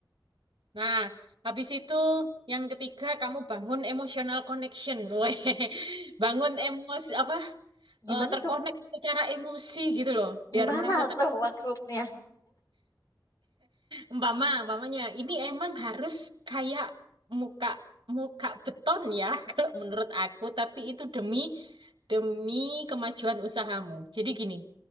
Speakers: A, on the right; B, on the left.
A: nah habis itu yang ketiga kamu bangun emotional connection <laughs> Weh. bangun emosi apa
B: Gimana
A: eh, terkonek
B: tuh?
A: secara emosi gitu loh biar
B: Gimana
A: merasa
B: <laughs> tuh maksudnya?
A: Umpama, umpamanya ini emang harus kayak muka muka beton ya <laughs> kalau menurut aku, tapi itu demi demi kemajuan usahamu. Jadi gini,